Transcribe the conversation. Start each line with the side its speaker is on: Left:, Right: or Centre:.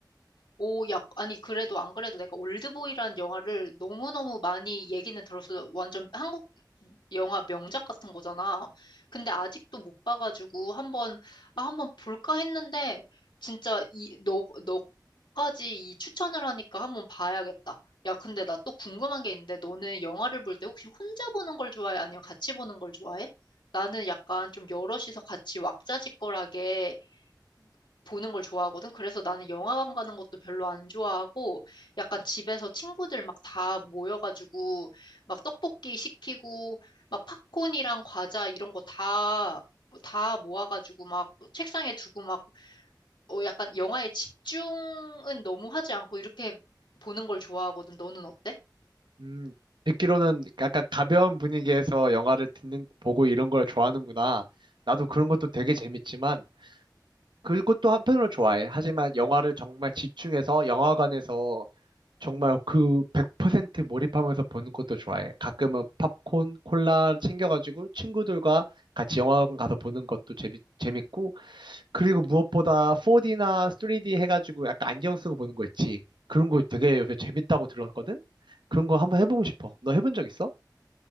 Left: 오, 야, 아니, 그래도 안 그래도 내가 올드보이라는 영화를 너무너무 많이 얘기는 들었어. 완전 한국 영화 명작 같은 거잖아. 근데 아직도 못 봐가지고 한번, 아, 한번 볼까 했는데, 진짜 이, 너, 너까지 이 추천을 하니까 한번 봐야겠다. 야, 근데 나 또 궁금한 게 있는데, 너는 영화를 볼 때 혹시 혼자 보는 걸 좋아해? 아니면 같이 보는 걸 좋아해? 나는 약간 좀 여럿이서 같이 왁자지껄하게 보는 걸 좋아하거든. 그래서 나는 영화관 가는 것도 별로 안 좋아하고 약간 집에서 친구들 막 다 모여가지고 막 떡볶이 시키고 막 팝콘이랑 과자 이런 거 다, 다 모아가지고 막 책상에 두고 막 어, 약간 영화에 집중은 너무 하지 않고 이렇게 보는 걸 좋아하거든. 너는 어때?
Right: 음, 듣기로는 약간 가벼운 분위기에서 영화를 듣는, 보고 이런 걸 좋아하는구나. 나도 그런 것도 되게 재밌지만, 그것도 한편으로 좋아해. 하지만 영화를 정말 집중해서 영화관에서 정말 그 100% 몰입하면서 보는 것도 좋아해. 가끔은 팝콘, 콜라 챙겨가지고 친구들과 같이 영화관 가서 보는 것도 재미, 재밌고, 그리고 무엇보다 4D나 3D 해가지고 약간 안경 쓰고 보는 거 있지. 그런 거 되게 요새 재밌다고 들었거든? 그런 거 한번 해보고 싶어. 너 해본 적 있어?